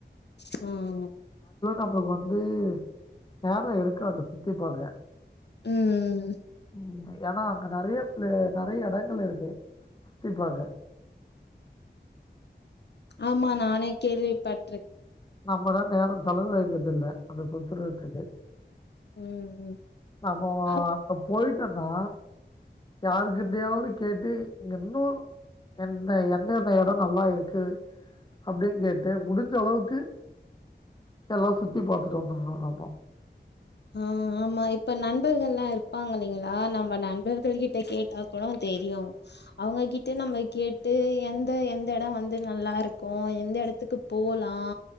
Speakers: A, on the left (about 65°); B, on the left (about 25°).
A: ம்
B: அப்றோ வந்து நேர இருக்காது சுத்தி பாக்க
A: ம் ம்
B: ம் ஏனா அங்க நெறைய ப்ளே நெறைறய எடங்கள் இருக்கு சுத்தி பாக்க
A: ஆமா நானே கேள்விப்பட்ருக்
B: நம்பதா நேர செலவழிக்கிறதுல்ல அந்த சுத்துறத்துக்கு
A: ம்
B: அபோ
A: ஆ
B: அப்ப போயிட் டன்னோ யாருக்கிட்டயாவுது கேட்டு இங்க இன்னு என்ன என்னென்ன எடொ நல்லா இருக்கு அப்டின் கேட்டு முடிஞ்ச அளவுக்கு எல்லா சுத்தி பாத்துட்டு வந்துர்னு ஆமா
A: அ ஆமா இப்ப நண்பர்கள்லா இர்ப்பாங்க இல்லங்ளா நம்ம நண்பர்கள் கிட்ட கேட்டா கூட தெரியு அவுங்க கிட்ட நம்ம கேட்டு எந்த எந்த எடொ வந்து நல்லாருக்கு எந்த எடத்துக்கு போலா